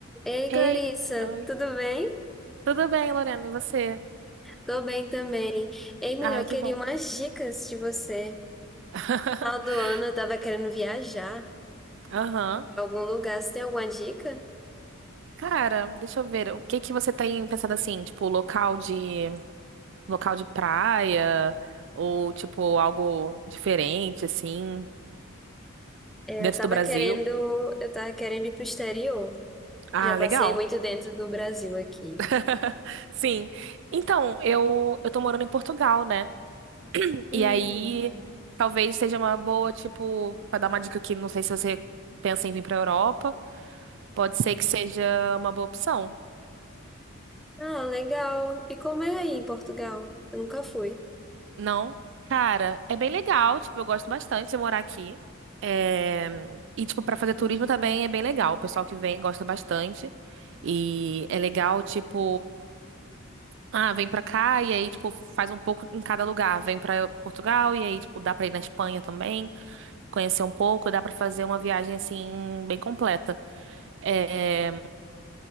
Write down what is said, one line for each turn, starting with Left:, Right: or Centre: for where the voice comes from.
Centre: Ei, Clarissa,
Right: Ei, oi.
Centre: tudo bem?
Right: Tudo bem, Lorena? E você?
Centre: Tô bem também. Ei, melhor,
Right: Ai,
Centre: eu queria
Right: que bom.
Centre: umas dicas de você.
Right: <laughs>
Centre: No final do ano eu tava querendo viajar
Right: Aham.
Centre: pra algum lugar. Você tem alguma dica?
Right: Cara, deixa eu ver. O que que você tem pensado assim, tipo, local de local de praia ou tipo algo diferente assim,
Centre: É,
Right: dentro
Centre: Eu tava
Right: do Brasil?
Centre: querendo, eu tava querendo ir pro exterior.
Right: Ah,
Centre: Já passei
Right: legal.
Centre: muito dentro do Brasil aqui.
Right: <laughs> Sim. Então, eu eu tô morando em Portugal, né?
Centre: Hum.
Right: E aí talvez seja uma boa, tipo, pra dar uma dica aqui, não sei se você pensa em vir pra Europa, pode ser que seja uma boa opção.
Centre: Ah, legal. E como é aí em Portugal? Eu nunca fui.
Right: Não. Cara, é bem legal, tipo, eu gosto bastante de morar aqui. É, E, tipo, pra fazer turismo também é bem legal. O pessoal que vem gosta bastante. E é legal, tipo, ah, vem pra cá e aí, tipo, faz um pouco em cada lugar. Vem pra Portugal e aí, tipo, dá pra ir na Espanha também, conhecer um pouco, dá pra fazer uma viagem, assim, bem completa. É,